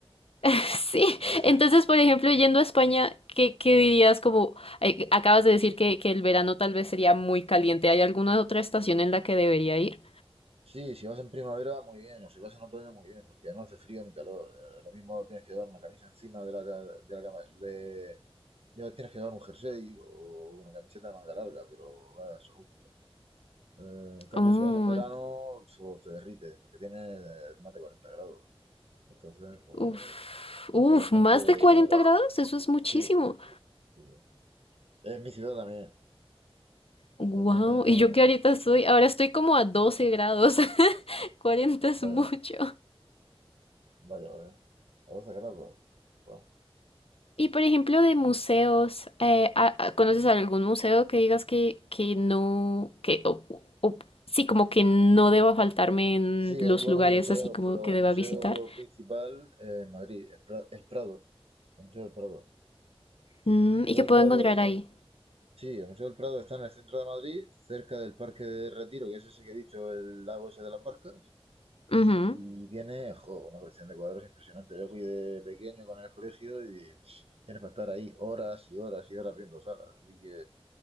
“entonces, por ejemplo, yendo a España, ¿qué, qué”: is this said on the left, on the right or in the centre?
Left